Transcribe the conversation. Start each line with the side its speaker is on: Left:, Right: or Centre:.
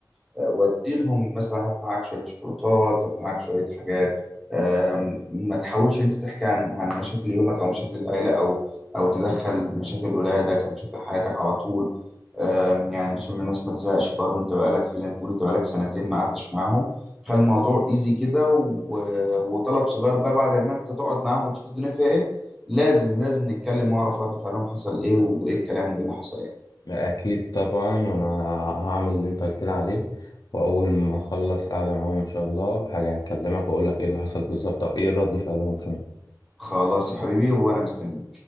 Centre: ودي لهم مثلا هات معاك شويه شوكولاتات هات معاك شويه حاجات آم، ما تحاولش انت تحكي عن عن مشاكل يومك او مشاكل العيله او او تدخل مشاكل اولادك او مشاكل حياتك على طول آم، يعني عشان الناس ما تزهقش برضه انت بقالك خلينا نقول انت بقالك سنتين ما قعدتش معاهم خلي الموضوع ايزي كده و- وطلب صغير بقى بعد ما انت تقعد معاهم وتشوف الدنيا فيها ايه لازم لازم نتكلم واعرف رد فعلهم حصل ايه وايه الكلام وايه اللي حصل ايه
Left: أكيد طبعا وأنا هعمل اللي أنت قلت لي عليه وأول ما أخلص قعدة معاهم إن شاء الله هاجي أكلمك وأقول لك إيه اللي حصل بالظبط أو إيه رد فعلهم كمان
Centre: خلاص يا حبيبي وانا مستني